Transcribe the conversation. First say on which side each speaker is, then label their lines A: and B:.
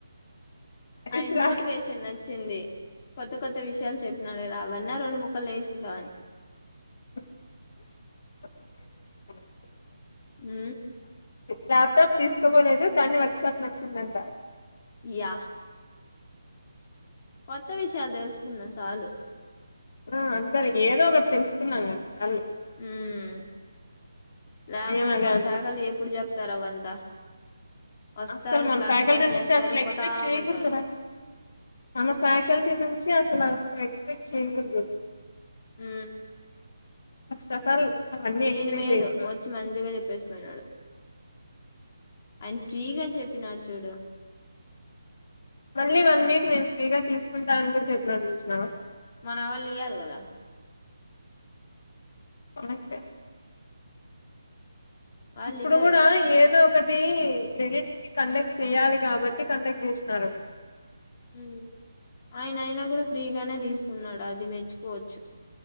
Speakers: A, on the left; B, on the left.
A: నైస్
B: ఆయన
A: రా
B: మోటివేషన్ నచ్చింది. కొత్త కొత్త విషయాలు చెప్పినాడు కదా అవన్నా రెండు ముక్కలు నేర్చుకుందాం అని.
A: <inaudible>
B: హు
A: ల్యాప్టాప్ తీసుకపోలేదు కానీ వర్క్ షాప్ నచ్చిందంట.
B: యా కొత్త విషయాలు తెలుసుకన్న సాలు.
A: ఆ అంతేలె ఏదో ఒకటి తెలుసుకున్నాము చాలులే.
B: హ్మ్ లేకపోతే
A: నేను అదే
B: మన
A: అనుకున్నా
B: ఫ్యాకల్టీ ఎప్పుడు చెప్తారు అవంతా. వస్తారు
A: అసలు మన
B: క్లాస్
A: ఫ్యాకల్టీ
B: స్టార్ట్
A: నుంచి
B: చేస్తారు
A: అసలు ఎక్స్పెక్ట్
B: పోతా
A: చేయకూడదురా.
B: ఉంటారు
A: మన ఫ్యాకల్టీ నుంచి అసలు ఎక్స్పెక్ట్ చేయకూడదు.
B: హ
A: ఫస్ట్ ఆఫ్ ఆల్ అవన్నీ
B: ఈన
A: ఎక్స్పెక్ట్
B: మేలు
A: చేయకూడదు
B: వచ్చి మంచిగా చెప్పేసి పోయినాడు. ఆయన ఫ్రీగా చెప్పినాడు చూడు.
A: మళ్ళీ వన్ వీక్ నేను ఫ్రీగా తీసుకుంటానని కూడా చెప్పినాడు చూసినవ.
B: మన వాళ్ళు ఇయాలి కదా.
A: అంటే
B: వాళ్ళు
A: ఇప్పుడు
B: ఇవ్వరు
A: కూడా ఏదో ఒకటి క్రెడిట్స్కి కండక్ట్ చేయాలి కాబట్టి కండక్ట్ చేశినారు.
B: ఉ ఆయన అయినా కూడా ఫ్రీగానే తీసుకున్నాడు అది మెచ్చుకోవచ్చు.